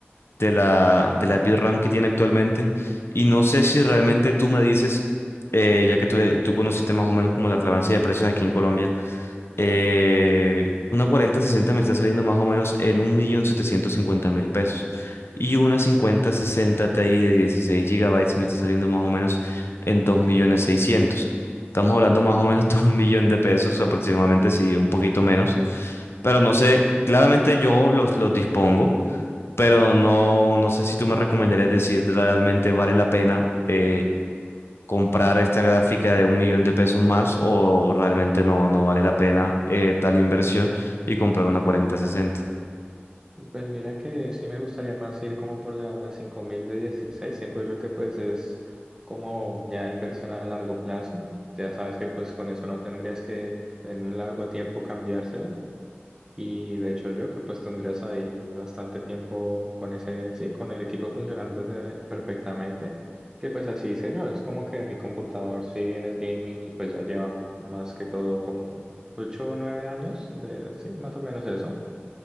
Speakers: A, on the left; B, on the right.
A: de la, de la VRAM que tiene actualmente. Y no sé si realmente tú me dices, eh, ya que tú, tú conociste más o menos como la relevancia de precios aquí en Colombia, eh, una 40-60 me está saliendo más o menos en 1.750.000 pesos. Y una 50-60 Ti de 16 gigabytes me está saliendo más o menos en dos millones seiscientos Estamos hablando más o menos de un millón de pesos aproximadamente, si un poquito menos. Pero no sé, claramente yo los, los dispongo, pero no, no sé si tú me recomendarías decir realmente vale la pena. eh, comprar esta gráfica de un millón de pesos más o realmente no, no vale la pena eh, tal inversión y comprar una 4060.
B: Pues mira que sí me gustaría más ir como por la, la cinco mil de dieciséis Siento yo que pues es como ya inversión a largo plazo. Ya sabes que pues con eso no tendrías que en un largo tiempo cambiársela. Y de hecho yo que pues tendrías ahí bastante tiempo con ese, sí, con el equipo funcionando de- perfectamente. Que pues así hice yo. Es como que mi computador si bien es gaming y pues ya lleva más que todo como 8 o 9 años de, sí, más o menos eso.